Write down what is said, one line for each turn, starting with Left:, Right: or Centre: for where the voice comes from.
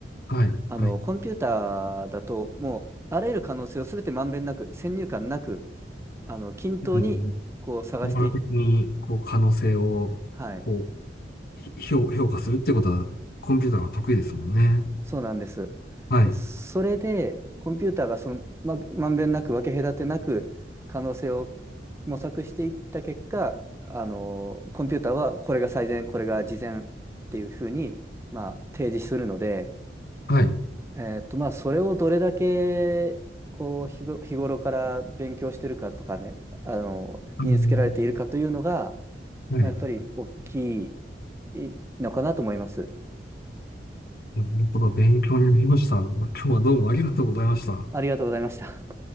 Left: はい、
Right: あの、
Left: はい。
Right: コンピューターだと、もう、あらゆる可能性を全てまんべんなく、先入観なく、あの、均等に、
Left: でも、
Right: こう、探してい、
Left: 網羅的に、こう、可能性を、
Right: はい。
Left: こう、ひ評、評価するってことは、コンピューターは得意ですもんね。
Right: そうなんです。
Left: はい、
Right: だそれで、コンピューターがその、ま、まんべんなく、分け隔てなく、可能性を模索していった結果、あの、コンピューターはこれが最善、これが次善っていうふうに、まあ、提示するので、
Left: はい、
Right: えーっと、まあ、それをどれだけ、こう、日ご、日頃から勉強してるかとかね、あの、
Left: あの
Right: 身につけられているかというのが、
Left: はい。
Right: まあ、やっぱり大きいのかなと思います。
Left: なるほど、勉強になりました。今日はどうもありがとうございました。
Right: ありがとうございました。